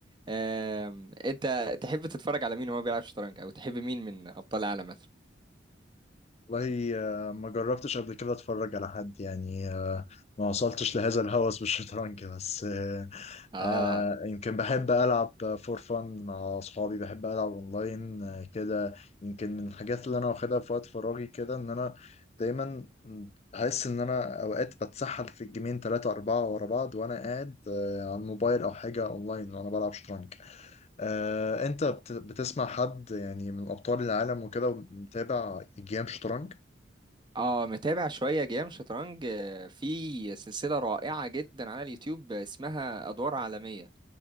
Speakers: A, on the right (about 25°); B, on the left (about 35°).
A: آم، انت تحب تتفرج على مين وهو بيلعب شطرنج او تحب مين من ابطال العالم مثلا
B: والله آه، ما جربتش قبل كده أتفرج على حد يعني آه، ما وصلتش لهذا الهوس بالشطرنج بس آه،
A: اه
B: آه يمكن بحب ألعب فور فن مع أصحابي بحب ألعب أونلاين آه كده يمكن من الحاجات اللي أنا واخدها في وقت فراغي كده إن أنا دايما أحس إن أنا أوقات بتسحل في الجيمين تلاتة أربعة ورا بعض وأنا قاعد آه على الموبايل أو حاجة أونلاين وأنا بلعب شطرنج آه أنت بت- بتسمع حد يعني من أبطال العالم وكده متابع جيم شطرنج؟
A: اه متابع شوية جيم شطرنج آه، في سلسلة رائعة جدا على اليوتيوب اسمها أدوار عالمية